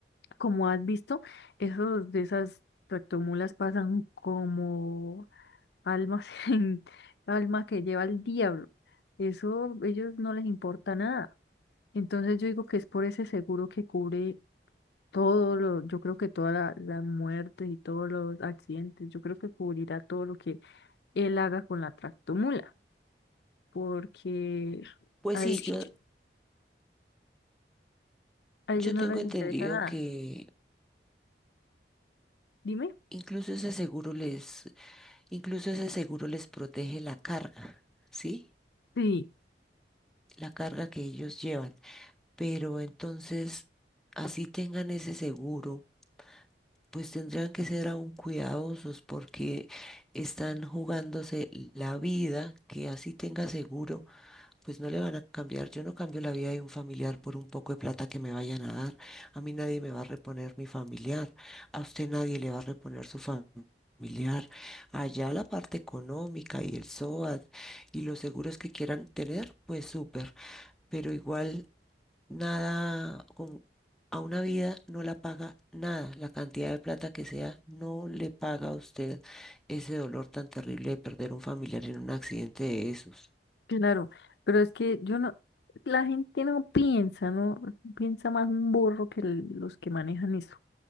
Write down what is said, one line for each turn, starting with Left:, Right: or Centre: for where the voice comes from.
Left: como has visto, esos de esas tractomulas pasan como almas <laughs> en alma que lleva el diablo. Eso ellos no les importa nada. Entonces yo digo que es por ese seguro que cubre todo lo, yo creo que todas la- las muertes y todos los accidentes, yo creo que cubrirá todo lo que él haga con la tractomula, porque
Centre: Pues
Left: a Pues
Centre: sí, yo
Left: ellos, sí, yo, a ellos
Centre: Yo
Left: no
Centre: tengo
Left: yo les
Centre: entendido
Left: tengo que... interesa nada.
Centre: que
Left: Dime.
Centre: incluso ese seguro les, incluso ese seguro les protege la carga, ¿sí?
Left: Sí,
Centre: La carga que ellos llevan. Pero entonces, así tengan ese seguro, pues tendrán que ser aún cuidadosos porque están jugándose la vida, que así tenga seguro pues no le van a cambiar. Yo no cambio la vida de un familiar por un poco de plata que me vayan a dar. A mí nadie me va a reponer mi familiar. A usted nadie le va a reponer su fam- familiar. Allá la parte económica y el SOAT y los seguros que quieran tener, pues súper. Pero igual nada con... A una vida no la paga nada, la cantidad de plata que sea, no le paga a usted ese dolor tan terrible de perder un familiar en un accidente de esos.
Left: claro, pero es que yo no, la gente no piensa, no piensa más un burro que el- los que manejan eso.